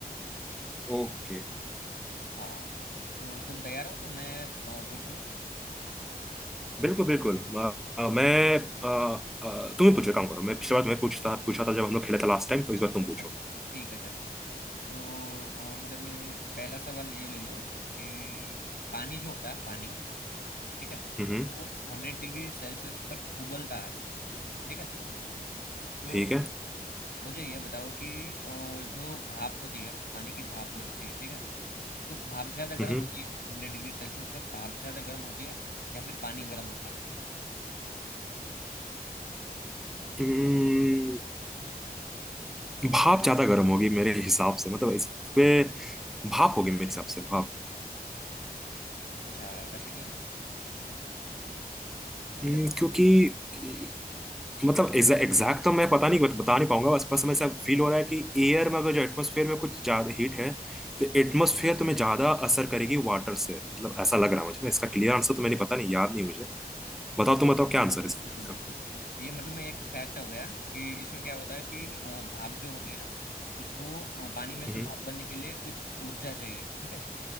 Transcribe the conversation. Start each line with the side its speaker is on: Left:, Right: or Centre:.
Centre: ओके
Left: हाँ तो तुम तैयार हो तो मैं अ, पूछूं
Centre: बिल्कुल बिल्कुल म- अ, मैं अ, अ, तुम ही पूछो एक काम करो मैं पिछली बार तुम्हें पूछता पूछा था जब हम लोग खेले थे लास्ट टाइम तो इस बार तुम पूछो
Left: अच्छा ठीक है चलो चलो तो अ, मतलब मैं पहला सवाल ये ले लो कि पानी जो होता है पानी ठीक है
Centre: हम्म हम्म,
Left: वो हंड्रेड डिग्री सेल्सियस पर उबलता है ठीक है तो
Centre: ठीक है
Left: मुझे ये बताओ कि अ, जो भाप होती है पानी की भाप बनती है ठीक है तो भाप ज्यादा गर्म
Centre: हम्म हम्म,
Left: होती है हंड्रेड डिग्री सेल्सियस पर भाप ज्यादा गर्म होती है या फिर पानी गर्म होता है
Centre: हम्म, भाप ज्यादा गर्म होगी मेरे हिसाब से मतलब इस पे भाप होगी मेरे हिसाब से भाप
Left: अच्छा वैसा क्यों मतलब
Centre: हम्म, क्योंकि
Left: जी
Centre: मतलब एग्जैक्ट तो मैं पता नहीं बता नहीं पाऊंगा बस बस हमें ऐसा फील हो रहा है कि एयर में अगर जो एटमोसफेयर में कुछ ज्यादा हीट है तो एटमोसफेयर तुम्हें ज्यादा असर करेगी वाटर से मतलब ऐसा लग रहा है मुझे इसका क्लियर आंसर तो मैंने पता नहीं याद नहीं मुझे बताओ तुम बताओ क्या आंसर है इसका
Left: बिल्कुल बिल्कुल ये मतलब मैं एक फैक्ट हो गया कि इसमें क्या होता है कि अ, भाप जो होती है ना उसको अ, पानी में से
Centre: हम्म
Left: भाप बनने के लिए कुछ ऊर्जा चाहिए ठीक है